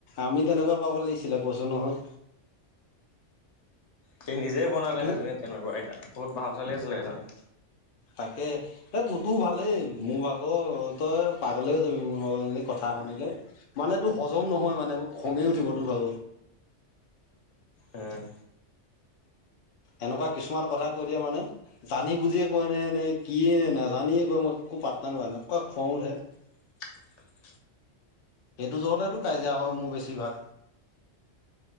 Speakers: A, on the left (about 55°); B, on the left (about 70°).
A: আমি তেনেকুৱা পাব লাগিছিলে কৈছো নহয়।
B: সি নিজে বনালে
A: তোৰ
B: সেইজনী তেনেকুৱা এতিয়া বহুত ভাল ছোৱালী আছিলে সেইজনী।
A: তাকে। এ তোৰতো ভালেই মোৰ ভাগত তই পাগলেই হৈ যাবি মোৰ ভাগ জনী কথা শুনিলে। মানেতো হজম নহয় মানে মোক খঙে উঠিবতোৰ ভাগ।
B: উম,
A: এনেকুৱা কিছুমান কথা কৈ দিয়ে মানে। জানি বুজিয়ে কয় নে নে কিয়ে নে নোজানিয়ে কয় মই একো পাত্তা নাপাও এনেকুৱা খং উঠে,
B: <inaudible>
A: সেইটো জ্বতেতো কাজিয়া হয় মোৰ বেছিভাগ।